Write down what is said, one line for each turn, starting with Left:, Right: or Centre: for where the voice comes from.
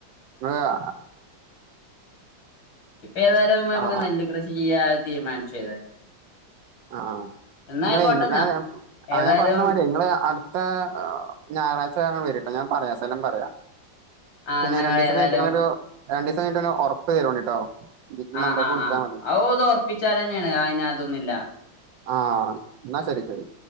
Right: ങ്ങൾ ആ
Left: ഇപ്പ ഏതായാലും നമക്ക്
Right: ആ ആ
Left: നെല്ല് കൃഷിചെയ്യാ തീരുമാനിച്ചു ഏതായാലും
Right: ആ ആ
Left: എന്നാ
Right: ഇങ്ങളെ
Left: ആയിക്കോട്ടെന്നാ
Right: മ് ഞാൻ ആ
Left: ഏതായാലും
Right: ഞാൻ പറഞ്ഞ മാതിരി ങ്ങള് അടുത്ത ഞായറാഴ് ച വരിട്ടോ ഞാൻ പറയാം സ്ഥലം പറയാം
Left: ആഹ്
Right: പിന്നെ
Left: നിങ്ങള്
Right: രണ്ടീസം
Left: ഏതായാലും
Right: കഴിനിട്ട് ഇന്നൊരു രണ്ടീസം കഴിനിട്ട്ന്ന് ഒര് ഒറപ്പ് തരോണ്ടിട്ടോ ഈ
Left: ആ
Right: നമ്പർക്ക്
Left: ആ
Right: വിളിച്ചാൽ
Left: ആ
Right: മതി
Left: അയ് ഓൾത് ഒറപ്പിച്ചാരെന്നെയാണ് അയിന് അതൊന്നില്ല
Right: ആ ഇന്നാ ശരി ശരി